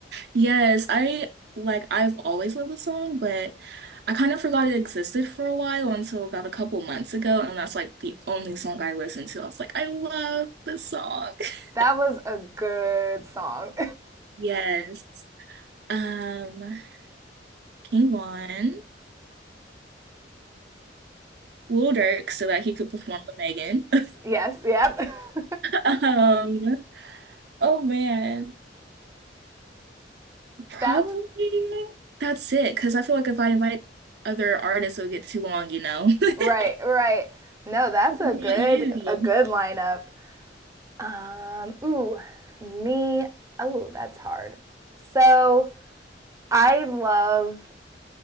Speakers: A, on the right (about 65°); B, on the right (about 15°).
A: Yes, I like I've always loved the song, but I kind of forgot it existed for a while until about a couple months ago, and that's like the only song I listened to. I was like, I love this song. <laughs>
B: That was a good song.
A: Yes. Um, King Von, Lil Durk so that he could perform with Megan. <laughs>
B: <laughs> yes, yep. <laughs>
A: Um, Oh man, probably
B: That was
A: that's it. Because I feel like if I invite other artists, it'll get too long, you know. <laughs>
B: right, right. No, that's
A: What
B: a
A: about
B: good
A: you?
B: a good lineup. Um, ooh, me. Oh, that's hard. So I love